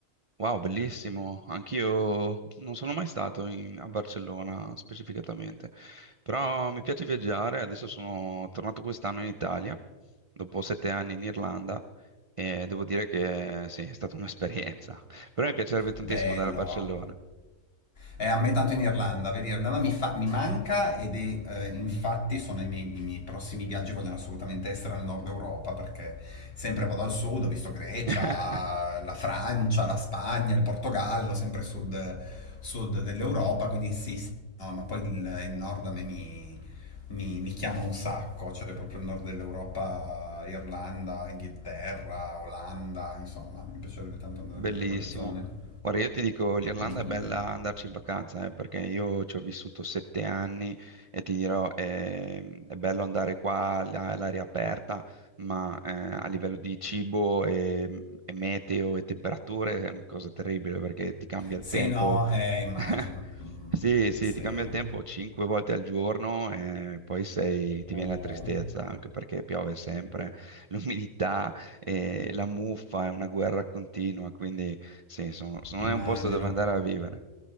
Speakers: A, on the right (about 40°); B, on the left (about 45°).
A: wow, bellissimo, anch'io non sono mai stato in- a Barcellona specificatamente, però mi piace viaggiare, adesso sono tornato quest'anno in Italia, dopo sette anni in Irlanda, e devo dire che sì, è stata un'esperienza, <laughs> però mi piacerebbe tantissimo
B: Bello.
A: andare a Barcellona.
B: Eh, a me tanto in Irlanda, vedi, Irlanda mi, fa- mi manca ed è, eh, infatti sono i miei, i miei prossimi viaggi, vogliono assolutamente essere al nord Europa perché sempre vado al sud, ho visto Grecia,
A: <laughs>
B: la Francia, la Spagna, il Portogallo, sempre sud, sud dell'Europa, quindi sì, sì, no, ma poi il, il nord a me mi, mi- mi chiama un sacco, cioè proprio il nord dell'Europa, Irlanda, Inghilterra, Olanda, insomma, mi piacerebbe tanto andare
A: Bellissimo.
B: a vedere quelle zone.
A: Guarda, io ti dico, l'Irlanda
B: Mm, mm,
A: è bella
B: mm.
A: andarci in vacanza, eh, perché io ci ho vissuto sette anni e ti dirò, ehm, è, bello andare qua là, all'aria aperta, ma eh, a livello di cibo e, e meteo e temperature è una cosa terribile perché ti cambia il
B: Sì,
A: tempo
B: no, eh, immagino.
A: <laughs>
B: Mm,
A: Sì, sì,
B: sì.
A: ti cambia il tempo cinque volte al giorno e poi sei- ti
B: Uh,
A: viene la tristezza, anche perché piove sempre, <laughs> l'umidità, e la muffa è una guerra continua, quindi sì, sono- sono-
B: immagino.
A: non è un posto dove andare a vivere.